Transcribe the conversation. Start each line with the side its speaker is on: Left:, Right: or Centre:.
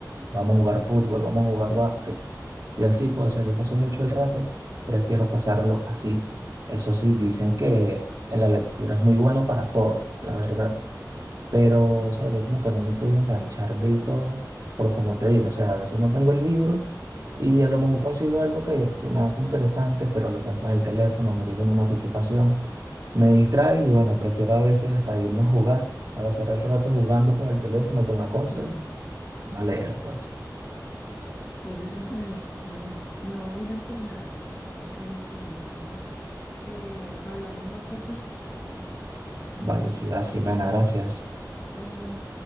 Right: vamos a jugar fútbol, vamos a jugar básquet. Y así, pues, o sea, yo paso mucho el rato, prefiero pasarlo así. Eso sí, dicen que la lectura es muy bueno para todo, la verdad. Pero, o sea, yo como que no me podía enganchar del todo, pero como te digo, o sea, a veces no tengo el libro y a lo mejor consigo algo que se me hace interesante, pero lo tengo en el teléfono, me llega una notificación, me distrae y bueno, prefiero a veces hasta irme a jugar, a pasar el rato jugando con el teléfono, con la consola,
Left: claro.
Right: a leer, pues.
Left: Suele suceder, pero bueno, me voy a ir a entrenar, me tengo que ir a entrenar, entonces eh, hablamos más tardecito, ¿te parece?
Right: Vale, sí, así, men, gracias.
Left: Bueno.